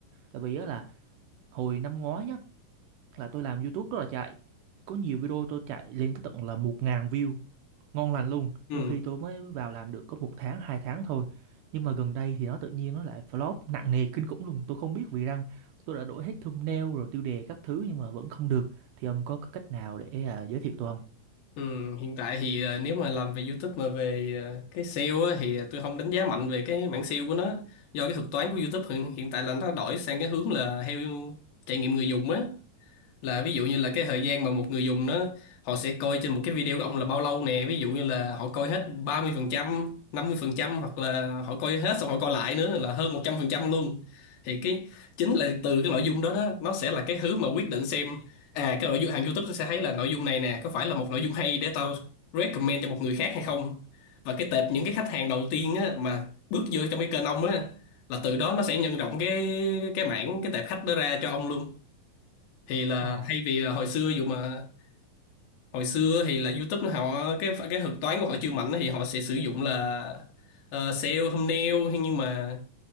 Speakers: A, on the right; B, on the left.
A: Tại vì á
B: Ừ.
A: là hồi năm ngoái nhá là tôi làm YouTube rất là chạy có nhiều video tôi chạy lên tới tận là 1.000 view ngon lành luôn
B: Ừ.
A: trong khi tôi mới vào làm được có một tháng hai tháng thôi nhưng mà gần đây thì nó tự nhiên nó lại flop nặng nề kinh khủng luôn tôi không biết vì rằng tôi đã đổi hết thumbnail rồi tiêu đề các thứ nhưng mà vẫn không được thì ông có cách nào để à, giới thiệu tôi không?
B: Ừ. Hiện tại thì ờ, nếu mà làm về YouTube mà về ờ, cái SEO á, thì tôi không đánh giá mạnh về cái mảng SEO của nó do cái thuật toán của YouTube hiện, hiện tại là nó đổi sang cái hướng là theo trải nghiệm người dùng á là ví dụ như là cái thời gian mà một người dùng nó họ sẽ coi trên một cái video của ông là bao lâu nè ví dụ như là họ coi hết ba mươi mươi phần trăm năm mươi phần trăm hoặc là họ coi hết xong họ coi lại nữa là hơn 100% luôn thì cái chính là từ cái nội dung đó đó nó sẽ là cái thứ mà quyết định xem à cái nội dung hàng YouTube nó sẽ thấy là nội dung này nè có phải là một nội dung hay để tao recommend cho một người khác hay không và cái tệp những cái khách hàng đầu tiên á, mà bước vô trong cái kênh ông á là từ đó nó sẽ nhân rộng cái cái mảng cái tệp khách đó ra cho ông luôn thì là
A: Ờ
B: thay vì là hồi xưa dụ mà hồi xưa thì là YouTube họ cái cái thuật toán của họ chưa mạnh thì họ sẽ sử dụng là uh, SEO thumbnail Thế nhưng mà